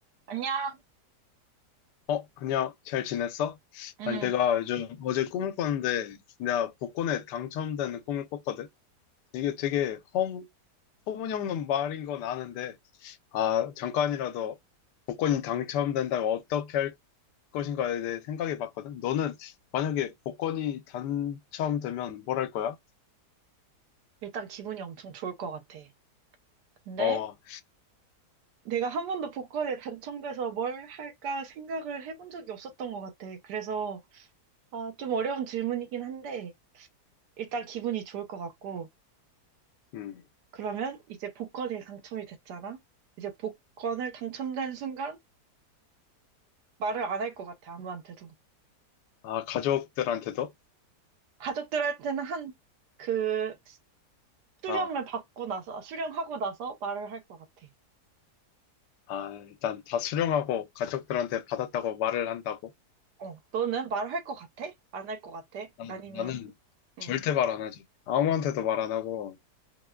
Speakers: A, on the right; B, on the left.
A: 안녕.
B: 어, 안녕. 잘 지냈어?
A: 응,
B: 아니, 내가 요즘 어제 꿈을 꿨는데, 내가 복권에 당첨되는 꿈을 꿨거든? 이게 되게 허, 터무니없는 말인 건 아는데, 아, 잠깐이라도 복권이 당첨된다면 어떻게 할 것인가에 대해 생각해 봤거든? 너는 만약에 복권이 당첨되면 뭘 할 거야?
A: 일단 기분이 엄청 좋을 것 같아. 근데,
B: 어,
A: 내가 한 번도 복권에 당첨돼서 뭘 할까 생각을 해본 적이 없었던 것 같아. 그래서 아, 좀 어려운 질문이긴 한데 일단 기분이 좋을 것 같고
B: 음,
A: 그러면 이제 복권에 당첨이 됐잖아. 이제 복권을 당첨된 순간 말을 안 할 것 같아 아무한테도.
B: 아, 가족들한테도?
A: 가족들한테는 한 그 수령을
B: 아,
A: 받고 나서 수령하고 나서 말을 할 것 같아.
B: 아, 일단 다 수령하고 가족들한테 받았다고 말을 한다고?
A: 어, 너는 말할 것 같아? 안 할 것 같아?
B: 난-
A: 아니면,
B: 나는
A: 응,
B: 절대 말 안 하지. 아무한테도 말 안 하고,